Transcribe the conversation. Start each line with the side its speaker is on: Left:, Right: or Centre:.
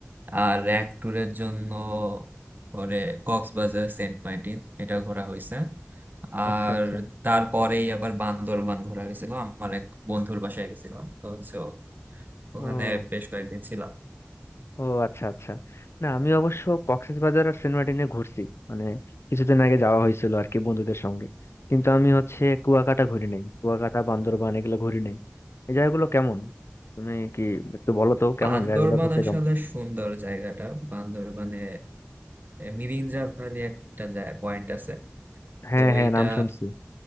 Right: আর এক ট্যুরের জন্য পরে কক্সবাজার সেন্ট মার্টিন এটা ঘোরা হয়েছে আর
Left: আচ্ছা আচ্ছা
Right: তারপরেই আবার বান্দরবান ঘোরা হয়েছিল আমার এক বন্ধুর বাসায় গেছিলাম তো হচ্ছে ও- ওখানে
Left: ও
Right: বেশ কয়েকদিন ছিলাম
Left: ও আচ্ছা আচ্ছা না আমি অবশ্য কক্সবাজার আর সেন্ট মার্টিনে ঘুরছি মানে কিছুদিন আগে যাওয়া হয়েছিল আর কি বন্ধুদের সঙ্গে কিন্তু আমি হচ্ছে কুয়াকাটা ঘুরি নাই কুয়াকাটা বান্দরবান এগুলো ঘুরি নাই এই জায়গাগুলো কেমন তুমি কি একটু বলো তো কেমন
Right: বান্দরবান
Left: জায়গাগুলো ঘুরতে
Right: আসলে
Left: কেমন
Right: সুন্দর জায়গাটা বান্দরবানে মিরিঞ্জা ভ্যালি একটা পয়েন্ট আছে
Left: হ্যাঁ
Right: তো ওইটা
Left: হ্যাঁ নাম শুনছি